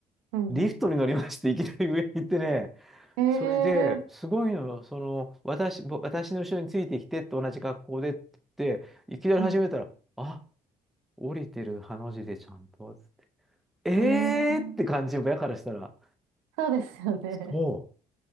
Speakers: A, on the right (about 70°); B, in the centre.
A: うんうん。
B: リフトに乗りまして、いきなり上に行ってね、
A: ええ
B: それで、すごいの、その、私、ぼ私の後ろについてきてって同じ格好でって言って、いきなり始めたら、
A: うん。
B: あ、降りてるハの字でちゃんと、つって、えーって感じ、
A: ええ
B: 親からしたら、
A: <laughs> そうですよね。
B: そ